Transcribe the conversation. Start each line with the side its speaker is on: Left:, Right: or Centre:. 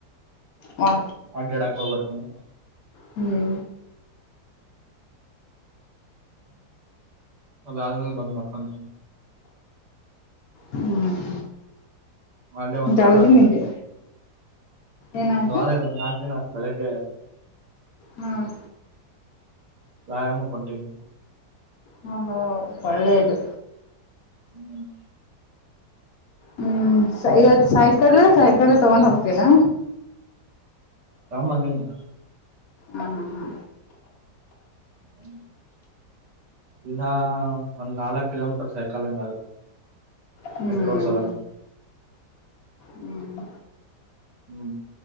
Left: ಹಾ
Right: ಅಡ್ಡಾಡಾಕ್ ಹೋಗಬರ್ತೀನಿ
Left: ಹ್ಮ್
Right: ಅದಾದ್ಮೇಲೆ ಬಂದ ಮಕ್ಕೋನಿ
Left: ಹ್ಮ್
Right: ಮೊನ್ನೆ ಒಂದ್
Left: ಜಲ್ದಿ
Right: ವಾರ ಆತ
Left: ನಿದ್ದೆ ಏನಾಯ್ತು
Right: ಒಂದ್ ವಾರ ಇಲ್ಲ ಒಂದ ನಾಕ್ ದಿನ ಬೆಳಿಗ್ಗೆ
Left: ಹ್ಮ್
Right: ವ್ಯಾಯಾಮಕ ಹೊಂಟಿನಿ
Left: ಹ ಹೋ ಒಳ್ಳೇದು
Right: ಹ್ಮ್
Left: ಹ್ಮ್ <unintelligible> ಇವತ್ ಸೈಕಲ್ ಸೈಕಲ್ ತಗೊಂಡ್ ಹೋಗತ್ತಿಯಲಾ
Right: ತಗೊಂಡ್ ಬಂದೀನಿ
Left: ಹ್ಮ್ ಹ್ಮ
Right: ಹ್ಮ್ ದಿನ ಒಂದ್ ನಾಲ್ಕ ಕಿಲೋಮೀಟರ್ ಸೈಕಲ್ ಹಂಗ ಆಗುತ್ತ
Left: ಹ್ಮ್
Right: ಸೈಕಲ್ ಓಡ್ಸೋದು ಆಗತ
Left: ಹ್ಮ್
Right: ಹ್ಮ್